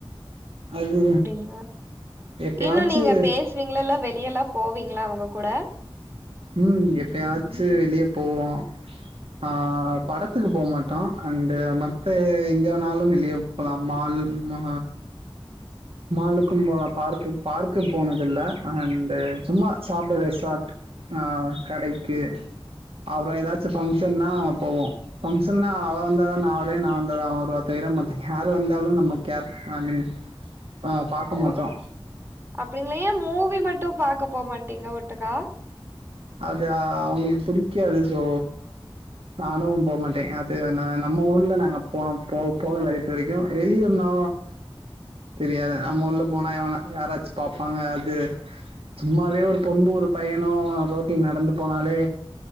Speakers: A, on the right; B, on the right.
A: அது
B: களா
A: எப்பயாச்சு
B: இன்னு நீங்க பேசுவீங்களல்ல வெளியல்லா போவீங்களா அவங்க கூட
A: ம் எப்பயாச்சு வெளிய போவோ. ஆ படத்துக்கு போக மாட்டோ அண்ட் மத்த எங்க வேண்ணாலு வெளிய போலா மால் மா மாலுக்கும் போலா பார்க்கு பார்க்கு போனது இல்ல அண்டு் சும்மா சாப்ட ரெசார்ட் ஆ கடைக்கு அப்றோ ஏதாச்சு பங்க்ஷன்னா போவோ. பங்க்ஷனா அவ வந்தாதா நா வருவே நா வந்தாதா அவ வருவா தவிர மத்த யார் வந்தாலு நம்ம கேர் ஐ மீன் அ பாக்க
B: ஓ
A: மாட்டோம்.
B: அப்ப நீங்க ஏன் மூவி மட்டு பாக்க போமாட் டீங்க ஒட்டுக்கா?
A: அது அவங்களுக்கு புடிக்காது. சோ நானு போக மாட்டே அது ந நம்ம ஊர்ல நாங்க போன போ போகல இதுவரைக்கு வெளியூர்னா தெரியாது நம்ம உள்ள போனா எவனா யாராச்சு பாப்பாங்க அது சும்மாவே ஒரு பொண்ணு ஒரு பையனு ரோட்ல நடந்து போனாலே